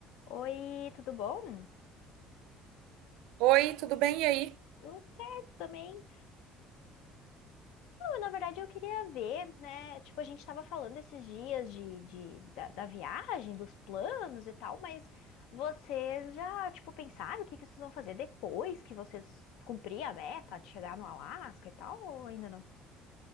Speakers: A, on the left (about 75°); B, on the right (about 80°).
A: Oi, tudo bom?
B: Oi, tudo bem? E aí?
A: Tudo certo também. Não, na verdade eu queria ver, né? Tipo, a gente tava falando esses dias de, de- da, da viagem, dos planos e tal, mas vocês já, tipo, pensaram o que que vocês vão fazer depois que vocês cumprir a meta de chegar no Alasca e tal, ou ainda não?